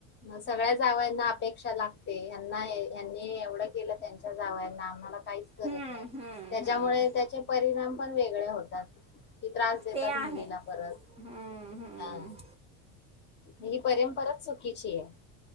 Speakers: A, on the left; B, on the right.
A: ग सगळ्या जावयाना अपेक्षा लागते हयांना <unintelligible> ह एवढं केलं त्यांच्या जावयाना आम्हाला काहीच करत
B: हम्म,
A: नाही.
B: हम्म,
A: त्याच्यामुळे
B: हम्म.
A: त्याचे परिणाम पण वेग होतात. त्रास देतात
B: ते आहे
A: मुलीला परत
B: हम्म, हम्म.
A: ह ही परंपरा किची आहे.